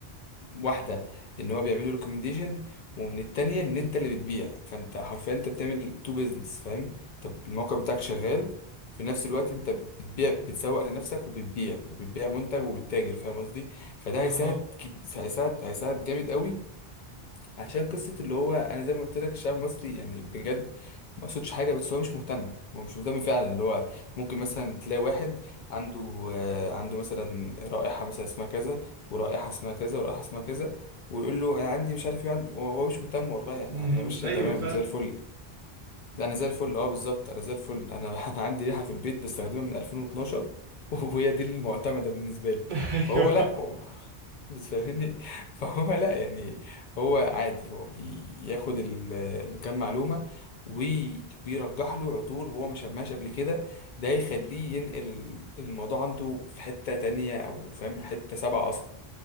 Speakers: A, on the left; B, on the right.
A: واحده ان هو بيعملوا ريكومنديشن ومن التانية ان انت اللي بتبيع فانت حرفيا انت بتعمل تو بيزنس فاهم طب الموقع بتاعك شغال في نفس الوقت انت بتبيع بتسوق لنفسك وبتبيع وبتبيع منتج وبتتاجر فاهم قصدي فده
B: اها
A: هيساعد كي- هيساعد هيساعد جامد قوي عشان قصة اللي هو أنا زي ما قلت لك الشعب المصري يعني بجد ما قصدش حاجة بس هو مش مهتم هو مش مهتم فعلا اللي هو ممكن مثلا تلاقي واحد عنده آه، عنده مثلا رائحة مثلا اسمها كذا ورائحة اسمها كذا ورائحة اسمها كذا ويقول له أنا عندي مش عارف إيه عندي هو هو مش مهتم والله يعني
B: مهم.
A: يا باشا
B: ايوه
A: تمام
B: فعلا
A: زي الفل ده انا زي الفل اه بالظبط انا زي الفل انا <laughs> انا عندي ريحه في البيت بستخدمها من 2012 <laughs> وهي دي المعتمده بالنسبه لي
B: <laughs> ايوه
A: فهو لا هو بس فاهمني <laughs> فهو لا يعني هو عادي هو بياخد ال- كام معلومه وي- ويرجح له عطور هو ما شماش قبل كده ده يخليه ينقل ال- الموضوع عنده في حته تانية او فاهم حته سبعه اصلا